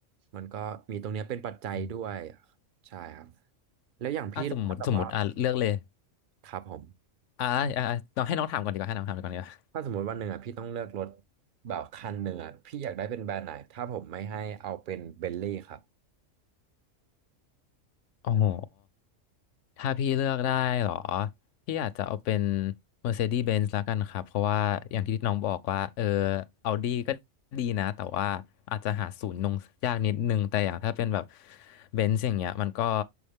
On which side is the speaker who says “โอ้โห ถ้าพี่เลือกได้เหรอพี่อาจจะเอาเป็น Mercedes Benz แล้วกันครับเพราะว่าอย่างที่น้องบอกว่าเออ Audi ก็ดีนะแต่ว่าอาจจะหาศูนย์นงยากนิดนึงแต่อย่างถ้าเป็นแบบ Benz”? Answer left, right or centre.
Left